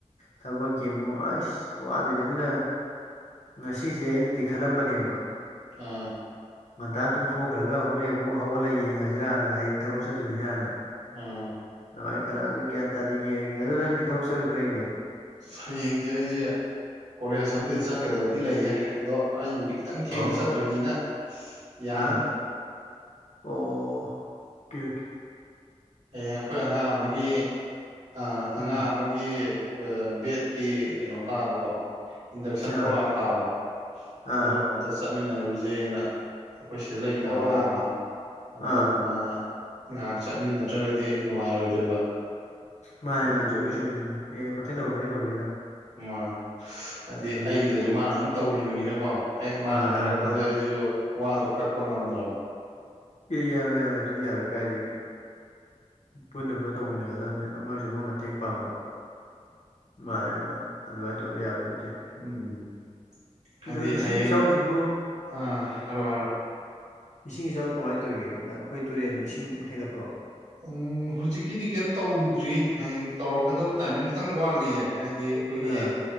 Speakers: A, on the left; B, on the right.
A: ꯊꯕꯛꯀꯤ ꯑꯃꯨꯛ ꯑꯩꯁ ꯋꯥꯗꯣꯏꯅꯤ ꯑꯗꯨꯅ ꯉꯁꯤꯁꯦ ꯑꯩꯅꯗꯤ ꯈꯜꯂꯝꯕꯅꯦꯕ
B: ꯑ
A: ꯉꯟꯇꯥ ꯇꯨꯝꯊꯣꯛꯈ꯭ꯔꯒ ꯍꯣꯔꯦꯟ ꯑꯃꯨꯛ ꯍꯧꯒꯠꯂꯒ ꯌꯦꯡꯉꯁꯤꯔꯅ ꯍꯌꯦꯡ ꯊꯕꯛ ꯆꯠꯇꯣꯏꯅꯤꯅꯅ
B: ꯎꯝ
A: ꯑꯗꯨꯃꯥꯏ ꯈꯂ ꯑꯗꯨ ꯒ꯭ꯌꯥꯟ ꯇꯥꯗꯤ ꯌꯦꯡꯉꯒꯦ ꯑꯗꯨ ꯅꯪꯗꯤ ꯊꯕꯛ ꯆꯠꯂꯣꯏꯗ꯭ꯔꯣ ꯍꯌꯦꯡꯗꯤ
B: ꯍꯌꯦꯡꯖꯦ ꯑꯩꯖꯦ ꯀꯣꯂꯦꯖ ꯑꯝꯗꯗꯤ ꯆꯠꯀꯗꯕꯗꯤ ꯂꯩꯌꯦ ꯑꯗꯣ ꯑꯩꯕꯨꯗꯤ ꯇꯪ ꯊꯦꯡꯅ
A: ꯑꯣ
B: ꯆꯠꯇꯣꯏꯅꯤꯅ ꯌꯥꯅꯤ
A: ꯑꯥ ꯑꯣ ꯀꯦ ꯀꯦ
B: ꯍꯌꯦꯡ ꯑꯩꯈꯣꯏ ꯑꯉꯥꯡ ꯑꯃꯒꯤ ꯑ ꯑꯉꯥꯡ
A: ꯎꯝ
B: ꯑꯃ ꯒꯤ ꯑ ꯕꯦꯠꯀꯤ ꯀꯩꯅꯣ ꯇꯥꯕꯀꯣ ꯏꯟꯗꯛꯁꯟ
A: ꯑꯥ
B: ꯄ꯭ꯔꯣꯒꯥꯝ ꯇꯥꯕ ꯑꯗꯨ
A: ꯑꯥ
B: ꯑꯝꯇ ꯆꯠꯃꯤꯟꯅꯔꯨꯖꯦꯅ ꯑꯈꯣꯏ ꯁꯤ ꯂꯩꯃꯤꯟꯅꯕ
A: ꯑꯣ
B: ꯑꯉꯥ ꯑꯃ ꯑꯗꯨꯗꯨꯅ
A: ꯑꯥ
B: ꯉꯥꯏꯛ ꯆꯠꯃꯤꯟꯅꯗ꯭ꯔꯒꯗꯤ ꯅꯨꯡꯉꯥꯏꯔꯣꯏꯗꯣꯏꯕ
A: ꯃꯥꯅꯦ
B: ꯑꯗꯨꯗꯨꯒꯤ
A: ꯃꯥꯅꯦ ꯆꯨꯝꯃꯦ ꯆꯨꯝꯃꯦ ꯆꯨꯝꯃꯦ ꯑꯦ ꯃꯇꯦꯡ
B: ꯇꯪ
A: ꯇꯧꯕ ꯃꯇꯦꯡ ꯇꯧꯕꯤꯒꯗꯕꯅꯤ
B: ꯃ ꯍꯥꯏꯗꯤ
A: ꯎꯝ
B: ꯑꯩꯒꯤꯗꯁꯨ ꯃꯥꯅ ꯑꯗꯨꯝ ꯇꯧꯕꯤꯕꯅꯤꯅꯀꯣ ꯍꯦꯛ ꯃꯥꯅ
A: ꯑꯥ
B: ꯍꯥꯏꯔꯛꯄꯗ
A: ꯑꯥ ꯃꯥꯅꯦ
B: ꯑꯩꯖꯨ ꯋꯥꯗꯣ ꯀꯛꯄ ꯉꯝꯗ꯭ꯔꯕ
A: ꯑꯦ ꯌꯥꯔꯣꯏ ꯌꯥꯔꯣꯏ ꯑꯗꯨꯗꯤ ꯌꯥꯔꯣꯏ ꯀꯥꯏꯗꯒꯤ ꯄꯨꯟꯅ ꯄꯨꯟꯅ ꯇꯧꯃꯤꯟꯅꯒꯗꯕꯅꯤ ꯑꯃꯒꯤꯁꯨ ꯑꯃ ꯃꯇꯦꯡ ꯄꯥꯡꯕ ꯃꯥꯅꯦ ꯃꯥꯅꯦ ꯑꯗꯨꯃꯥꯏꯅ ꯇꯧꯗ ꯌꯥꯕ ꯅꯠꯇꯦ
B: ꯎꯝ ꯈꯪꯗꯤ
A: ꯑꯗꯣ ꯏꯁꯤꯡ
B: ꯍꯌꯦꯡ
A: ꯏꯆꯥꯎꯁꯤꯕꯨ
B: ꯑꯥ ꯍꯥꯏꯔꯣ ꯍꯥꯏꯔꯣ
A: ꯏꯁꯤꯡ ꯏꯆꯥꯎ ꯀꯃꯥꯏꯒꯦ ꯇꯧꯔꯤ ꯑꯩꯈꯣꯏ ꯇꯨꯔꯦꯟ ꯏꯁꯤꯡ ꯍꯦꯟꯒꯠꯄ꯭ꯔꯣ
B: ꯎꯪ ꯍꯨꯖꯤꯛꯀꯤꯗꯤ ꯀꯩꯝ ꯇꯧꯗ꯭ꯔꯤ ꯍꯌꯦꯡ ꯇꯧꯔꯛꯀꯗꯕ ꯇꯥꯏꯃꯤꯡ ꯈꯤꯇꯪ ꯋꯥꯠꯂꯤꯌꯦ ꯍꯥꯏꯗꯤ ꯑꯈꯣꯏꯒꯤ
A: ꯑꯥ